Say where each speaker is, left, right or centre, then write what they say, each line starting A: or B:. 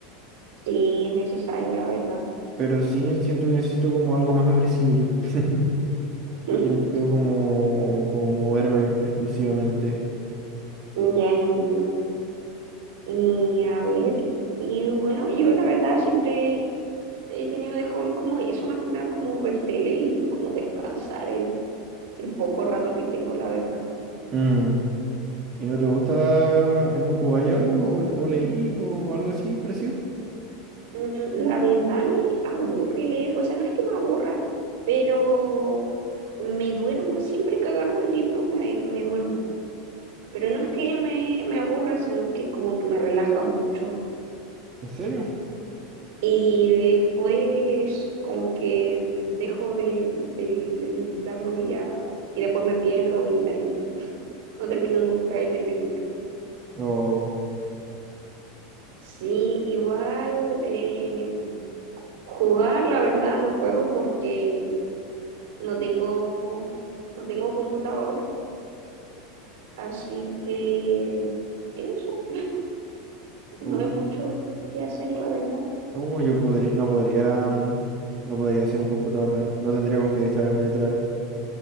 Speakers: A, on the right; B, on the right.
A: sí, es necesario, la verdad.
B: Pero sí siento que necesito como algo más agresivo yo. <laughs>
A: <laughs>
B: Quiero, quiero como, como moverme explosivamente.
A: Ya entiendo. Y a ver, y bueno, yo la verdad siempre he tenido de hobby como eso, más que nada como ver tele y como descansar en el poco rato que tengo, la verdad.
B: Mm. ¿Y no te gusta, eh, no jugáis algo o, le- o leís o algo así parecido?
A: Mm, La verdad me aburre leer, o sea, no es que me aburra, pero me duermo, siempre que agarro un libro me, me duermo, pero no es que me, me aburra, sino que como que me relaja mucho.
B: ¿En serio?
A: Y después como que dejo de, de intentarlo y ya, y después me pierdo y de ahí no termino nunca de leer el libro.
B: O,
A: Sí, igual eh, jugar, la verdad, no juego porque no tengo, no tengo computador, así que eso,
B: o-
A: no hay mucho que hacer, la verdad.
B: no, yo podría, no podría, no podría hacer en el computador, no, no tendría con qué distraerme literal.